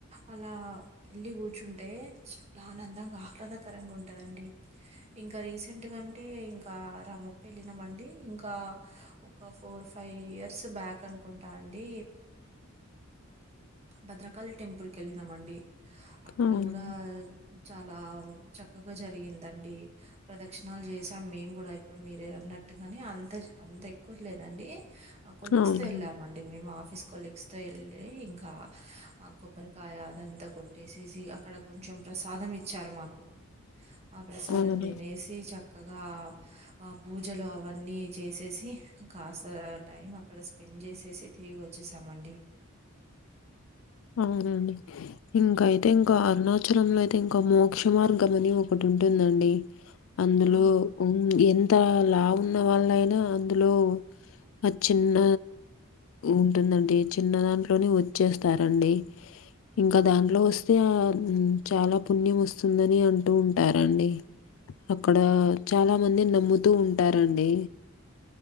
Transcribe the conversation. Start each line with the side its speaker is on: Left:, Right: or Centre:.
Right: అలా వెళ్ళి కూర్చుంటే చాలా ఆనందంగా, ఆహ్లాద కరంగా ఉంటదండి. ఇంకా రీసెంట్ గా అంటే ఇంకా ఇంకా రామప్ప ఎళ్ళినం అండి ఇంకా ఒక ఫోర్ ఫైవ్ ఇయర్స్ బ్యాక్ అనుకుంటా అం డి భద్రకాళి టెంపుల్ కి ఎళ్ళినం అండి. అక్కడ
Left: అవును.
Right: కూడా చాలా చక్కగా జరిగిందండి. ప్రదక్షిణాలు చేసాం మేం కూడా ఇప్పుడు మీరే అన్నట్టుగా కానీ అంత అంత ఎక్కువ లేదండి. ఆ కొలీగ్స్
Left: అవును.
Right: తో ఎళ్ళామండి మేము ఆఫీస్ కొలీగ్స్ తో ఎళ్ళి ఇంకా ఆ కొబ్బరికాయ అదంతా కొట్టేసేసి అక్కడ కొంచెం ప్రసాదం ఇచ్చారు మాకు. ఆ ప్రసాదం
Left: అవును.
Right: తినేసి చక్కగా ఆ పూజలు అవన్నీ చేసేసి కాస్త టైం అక్కడ స్పెండ్ చేసేసి తిరిగి వచ్చేసామండి.
Left: అవునా అండి. ఇంకా అయితే ఇంకా అరుణాచలం లో అయితే ఇంకా మోక్ష మార్గం అని ఒకటి ఉంటుందండి అందులో
Right: ఆ
Left: ఎంత లావు ఉన్న వాళ్ళయినా అందులో ఆ చిన్న ఉంటుందండి చిన్న దాంట్లోనే వచ్చేస్తారండి. ఇంకా దాంట్లో వస్తే ఆ చాలా పుణ్యం వస్తుందని అంటూ ఉంటారండి. అక్కడ చాలా మంది నమ్ముతూ ఉంటారండి.